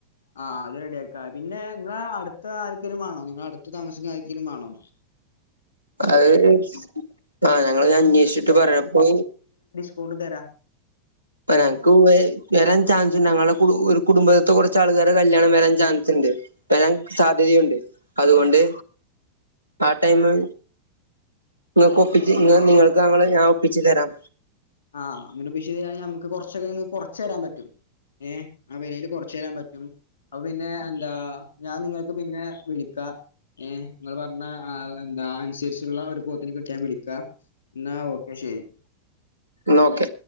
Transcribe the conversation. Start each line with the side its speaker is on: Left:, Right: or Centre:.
Left: ആഹ് അത് റെഡിയാക്കാ പിന്നെ നിങ്ങളെ അടുത്ത് ആർക്കേലും വേണോ നിങ്ങ അടുത്ത് താമസിക്കുന്ന ആർക്കേലും വാണോ
Right: അത് ആഹ് ഞങ്ങള് അന്വേഷിച്ചിട്ട് പറയാപ്പോ
Left: ക്കൗണ്ടും തരാം
Right: ഒരനക്കം
Left: ഏ
Right: <unintelligible> വരാൻ ചാൻസ് ഉണ്ട് ഞങ്ങളുടെ കു ഒരു കുടുംബത്തെ കുറച്ച് ആൾക്കാര്ടെ കല്യാണം വരാൻ ചാൻസ് ഉണ്ട് വരാൻ സാധ്യതയുണ്ട് അതുകൊണ്ട് ആ ടൈമ് നിങ്ങൾക്ക് ഒപ്പിച്ച് ഇങ്ങ നിങ്ങൾക്ക് ഞങ്ങള് ഞാൻ ഒപ്പിച്ച് തരാം
Left: ആഹ് അങ്ങനെ ഒപ്പിച്ച് താരാണെങ്കി നമുക്ക് കുറച്ചൊക്കെ ഇങ്ങക്ക് കുറച്ചു തരാൻ പറ്റും ഏഹ് ആ വിലയിൽ കൊറച്ചു തരാൻ പറ്റും അപ്പൊ പിന്നെ എന്താ ഞാൻ നിങ്ങൾക്ക് പിന്നെ വിളിക്കാം ഏഹ് ഇങ്ങള് പറഞ്ഞ അഹ് എന്താ അനുസരിച്ചുള്ള ഒരു പോത്തിനെ കിട്ടിയാ ഞാൻ വിളിക്കാ ന്നാ ഓക്കെ ശരി
Right: ന്നാ ഓക്കെ